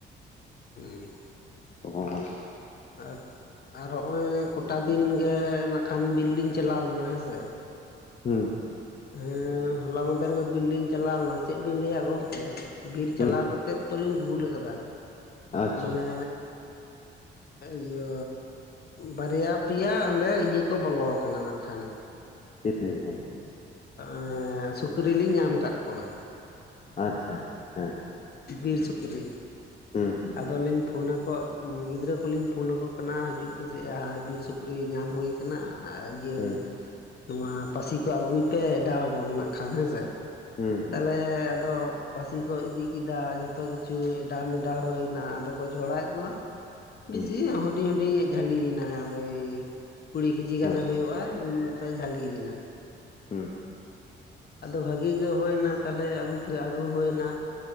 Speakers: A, on the left; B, on the left.
A: ᱦᱩᱸ᱾
B: <unintelligible>
A: ᱟᱨ ᱟᱨ ᱦᱚᱸᱜᱚᱭ ᱠᱚᱴᱟ ᱫᱤᱱ ᱜᱮ ᱱᱟᱜᱠᱷᱟᱱ ᱵᱤᱨ ᱞᱤᱧ ᱪᱟᱞᱟᱣ ᱞᱮᱱᱟ ᱦᱮᱸᱥᱮ᱾
B: ᱦᱩᱸ
A: ᱦᱮᱸᱻ ᱦᱚᱞᱟ ᱢᱟᱫᱷᱮᱨ ᱜᱮ ᱵᱤᱨ ᱞᱤᱧ ᱪᱟᱞᱟᱣ ᱞᱮᱱᱟ ᱪᱮᱫ ᱵᱤᱱ ᱞᱟᱹᱭᱟ ᱜᱚᱝᱠᱮ ᱵᱤᱨ
B: ᱦᱩᱸ
A: ᱪᱟᱞᱟᱣ ᱠᱟᱛᱮᱫ ᱛᱚᱞᱤᱧ ᱵᱷᱩᱞ ᱠᱟᱫᱟ᱾
B: ᱟᱪᱪᱷᱟ
A: ᱢᱟᱱᱮ ᱤᱭᱟᱹ ᱵᱟᱨᱭᱟ ᱯᱮᱭᱟ ᱚᱸᱰᱮ ᱤᱭᱟᱹ ᱠᱚ ᱵᱚᱞᱚ ᱠᱟᱱᱟ ᱱᱟᱜᱠᱷᱟᱱ
B: ᱪᱤᱞᱤ ᱜᱚᱝᱠᱮ
A: ᱮᱸ ᱥᱩᱠᱨᱤ ᱞᱤᱧ ᱧᱟᱢ ᱠᱟᱫ ᱠᱚᱣᱟ᱾
B: ᱟᱪᱪᱷᱟ ᱦᱮᱸ᱾
A: ᱵᱤᱨ ᱥᱩᱠᱨᱤ
B: ᱦᱩᱸ
A: ᱟᱫᱚ ᱞᱤᱧ ᱯᱷᱤᱱᱟᱜ ᱠᱚᱣᱟ ᱜᱤᱫᱽᱨᱟᱹ ᱠᱚᱞᱤᱧ ᱯᱷᱳᱱ ᱟᱠᱚ ᱠᱟᱱᱟ ᱦᱟᱡᱩᱜ ᱯᱮᱥᱮᱡ-ᱟ ᱭᱟ ᱵᱤᱨ ᱥᱩᱠᱨᱤ ᱧᱟᱢ ᱦᱩᱭ ᱠᱟᱱᱟ ᱤᱭᱟᱹ
B: ᱦᱩᱸ
A: ᱱᱚᱣᱟ ᱯᱟᱹᱥᱤ ᱠᱚ ᱟᱹᱜᱩᱭ ᱯᱮ ᱮᱰᱟᱣ ᱟᱵᱚᱱ ᱱᱟᱜᱠᱷᱟᱱ ᱦᱮᱸᱥᱮ᱾
B: ᱦᱩᱸ ᱦᱩᱸ
A: ᱛᱟᱞᱦᱮ ᱟᱫᱚ ᱯᱟᱹᱥᱤ ᱠᱚ ᱤᱫᱤ ᱠᱤᱫᱟ ᱡᱷᱚᱛᱚ ᱠᱤᱪᱷᱩ ᱮᱰᱟᱣ ᱢᱮᱰᱟᱣ ᱦᱳᱭᱱᱟ ᱟᱫᱚ ᱠᱚ ᱡᱷᱚᱲᱟᱭᱮᱫ ᱠᱚᱣᱟ ᱵᱤᱥᱤ
B: ᱦᱩᱸ
A: ᱦᱩᱰᱤᱧ ᱦᱩᱰᱤᱧ ᱧᱤᱡᱮ ᱡᱷᱟᱹᱞᱤᱭᱱᱟ ᱳᱭ ᱠᱩᱲᱤ ᱠᱤᱡᱤ ᱜᱟᱱᱮ
B: ᱦᱩᱸ
A: ᱦᱳᱭᱳᱜᱟᱭ <inaudible> ᱡᱷᱟᱹᱞᱤᱠᱟᱱᱟᱭ᱾
B: ᱦᱮᱸ
A: ᱟᱫᱚ ᱵᱷᱟᱜᱮ ᱜᱮ ᱦᱳᱭᱱᱟ ᱛᱟᱞᱦᱮ ᱟᱹᱜᱩ ᱠᱮ ᱟᱹᱜᱩ ᱦᱳᱭᱱᱟ᱾